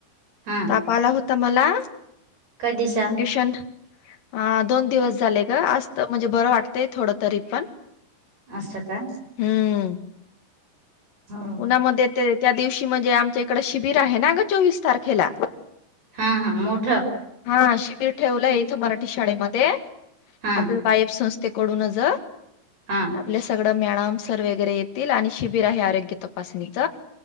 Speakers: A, on the right; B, on the left.
A: हा
B: ताप आला, होता, मला
A: कधीचा
B: पेशंट हा, दोन दिवस झालय ग, म्हणजे बरं वाटतंय थोडं तरी पण.
A: अस का?
B: हम्म
A: हो
B: उन्हामध्ये ते त्या दिवशी म्हणजे आमच्या इकडं शिबिर आहे ना ग चोवीस तारखेला?
A: हा हा मोठं.
B: हा शिबिर ठेवलं इथं मराठी शाळेमध्ये
A: हा
B: आपलं वायब संस्थेकडूनच
A: हां.
B: आपल सगळं मॅळम, सर वगैरे येतील आणि शिबिर आहे आरोग्य तपासणीच.